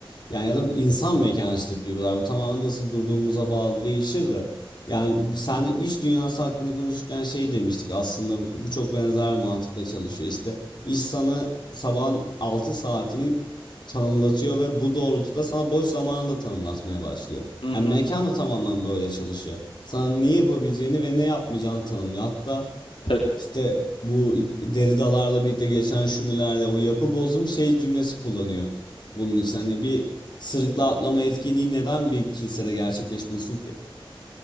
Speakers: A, on the left; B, on the left.
A: Yani ya da insan mekanişte duygular. Bu tamamen nasıl durduğumuza bağlı değişir de. Yani seninle iş dünyası hakkında konuşurken şey demiştik. Aslında bu çok benzer bir mantıkla çalışıyor. İşte iş sana sabahın 6 saatini tanımlatıyor ve bu doğrultuda sana boş zamanını da tanımlatmaya başlıyor.
B: Hı
A: Yani
B: hı,
A: mekan da tamamen böyle çalışıyor. Sana ne yapabileceğini ve ne yapmayacağını tanımlıyor. Hatta
B: tabii.
A: işte bu deri dalarla birlikte gelişen şumilerle o yapı bozum şey cümlesi kullanıyor. Bunun için hani bir sırıkla atlama etkinliği neden bir kilisede gerçekleşmesin ki?